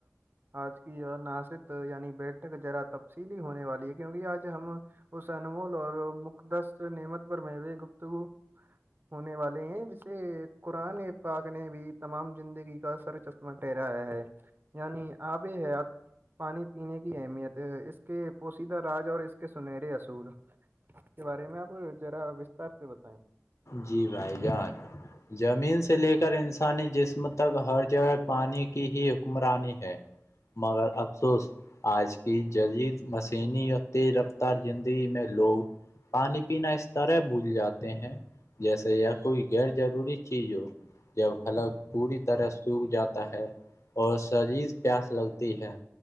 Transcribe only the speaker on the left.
جی بھائی زمین سے لے کر انسانی جسم تک ہر جگہ پانی کی ہی حکمرانی ہے مگر افسوس آج کی جدید مسینی اور تیز رفتار زندگی میں لوگ پانی پینا اس طرح بھول جاتے ہیں جیسے یا کوئی غیر جضروری چیز ہو جب حلق پوری طرح سوکھ جاتا ہے اور شریز پیاس لگتی ہے